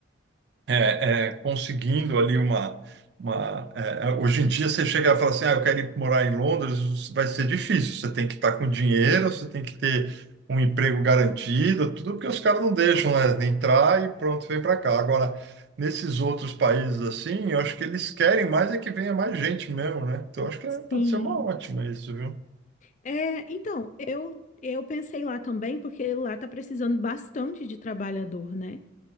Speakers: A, on the right (about 55°); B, on the left (about 40°).
A: é, é, conseguindo ali uma, uma é, é, hoje em dia você chega e fala assim, ah, eu quero ir morar em Londres, vai ser difícil. Você tem que estar com dinheiro, você tem que ter um emprego garantido, tudo porque os caras não deixam, né? Entrar e pronto, vem para cá. Agora, nesses outros países assim, eu acho que eles querem mais é que venha mais gente mesmo, né? Então, eu acho que é- pode
B: Sim.
A: ser uma ótima isso, viu?
B: É, então, eu, eu pensei lá também, porque lá tá precisando bastante de trabalhador, né?